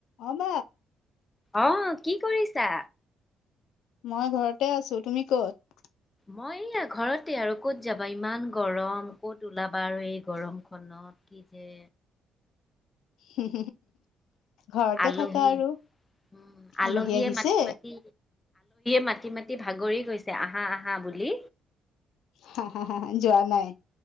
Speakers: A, on the left; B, on the left.
A: হ'ব
B: আহ কি কৰিছা
A: মই ঘৰতে আছোঁ তুমি ক'ত?
B: মই এইয়া ঘৰতে আৰু ক'ত যাবা ইমান গৰম ক'ত ওলাবা আৰু এই গৰম খনত। কি যে
A: হো ঘৰতে
B: আলহী
A: থাকা আৰু
B: উম আলহীয়ে
A: আলহী আহিছে
B: মাটি মাতি, মাটি মাতি ভাগৰি কৈছে আহা আহা বুলি
A: হা হা হা যোৱা নাই